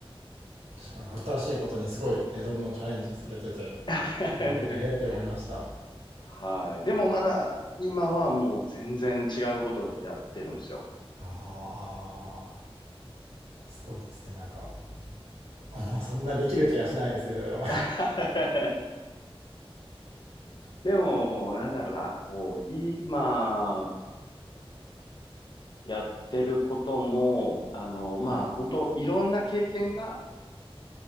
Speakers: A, on the right; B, on the left.
A: 確かに新しいことにすごいね、どんどんチャレンジされてて、
B: <laughs>
A: ええって思いました。
B: はい。でもまだ、今はもう全然違うことやってるんですよ。
A: ああ、すごいですね、なんか。もうそんなできる気がしないです、いろいろ。
B: <laughs> でも、なんだろうな、こう、今やってることも、あの、
A: はい。
B: まあ、本当いろんな経験が、